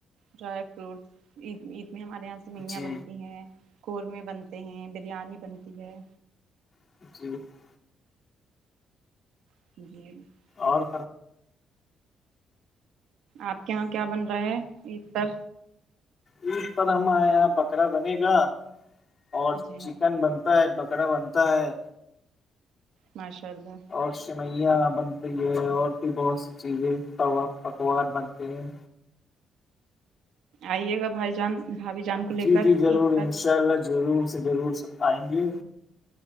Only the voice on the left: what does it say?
جی
<unintelligible>
اور
عید پر ہمارے یہاں بکرا بنے گا اور
چکن بن تا ہے بکرا بنتا ہے
اور سویاں بنتی ہے اور بھی بہت سی چیزیں توا پکوان بنتے ہیں
جی
جی ضرور
انشاء اللہ ضرور سے ضرور آئیں گے